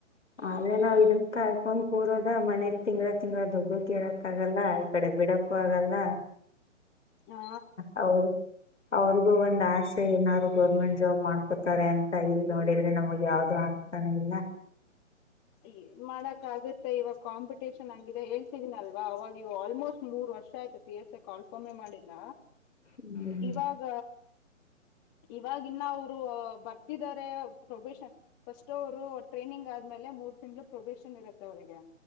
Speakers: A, on the left; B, on the left.
A: ಆದ್ರೆ ನಾವ್ ಇದನ್ ಕಾಯಕೊಂಡ್ ಕೂರದ ಮನೆಲಿ ತಿಂಗಳ ತಿಂಗ್ಗಳ ದೊಡ್ಡು ಕೇಳಕ್ ಆಗಲ್ಲ. ಆಯ ಇ ಕಡೆ ಬಿಡಕ್ಕೂ ಆಗಲ್ಲ.
B: ಹಾ
A: ಹೌ ಅವ್ರಗು ಒಂದ್ ಆಸೆ ಏನಾದ್ರು ಗೌರ್ಮೆಂಟ್ ಜಾಬ್ ಮಾಡ್ಕೊತಾರೆ ಅಂತ. ಇಲ್ ನೋಡಿದ್ರೆ, ಮತ್ತೆ ನಮ್ಗೆ ಯಾವ್ದು ಆಗ್ತಾನೆ ಇಲ್ಲ.
B: ಏನ್ ಮಾಡಕ್ ಆಗತ್ತೆ ಇವಾಗ ಕಾಂಪಿಟೇಷನ್ ಹಂಗಿದೆ. ಹೇಳ್ತೀನಲ್ವ ಅವಾಗ ಇವ ಆಲ್ಮೋಸ್ಟ್ ಮೂರ್ ವರ್ಷ ಆಯ್ತು ಪಿ ಎಸ್ ಎ ಕಾಲ್ಫೊಮೆ ಮಾಡಿಲ್ಲ.
A: ಹ್ಮ್
B: ಇವಾಗ, ಇವಾಗ ಇನ್ನ ಅವರು ಬರ್ತಿದ್ದಾರೆ. ಪ್ರೊಬಷನ್ ಫಸ್ಟ್ ಅವರು ಟ್ರೈನಿಂಗ್ ಆದ್ಮೇಲೆ ಮೂರ್ ತಿಂಗಳು ಪ್ರೊಬೇಶನ್ ಇರುತ್ತೆ ಅವ್ರರಿಗೆ.